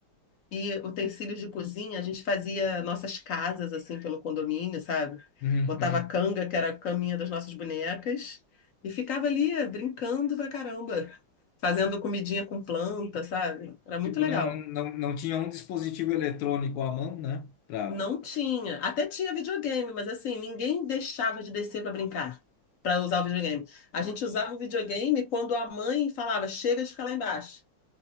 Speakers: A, on the left; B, on the left.
A: e utensílios de cozinha. A gente fazia nossas casas assim pelo condomínio, sabe?
B: Uhum,
A: Botava
B: uhum.
A: a canga, que era a caminha das nossas bonecas, e ficava ali brincando pra caramba, fazendo comidinha com planta, sabe? Era muito
B: Tipo,
A: legal.
B: não, não, não não tinha um dispositivo eletrônico à mão, né? Pra...
A: Não tinha. Até tinha videogame, mas assim, ninguém deixava de descer para brincar, para usar o videogame. A gente usava o videogame quando a mãe falava, chega de ficar lá embaixo.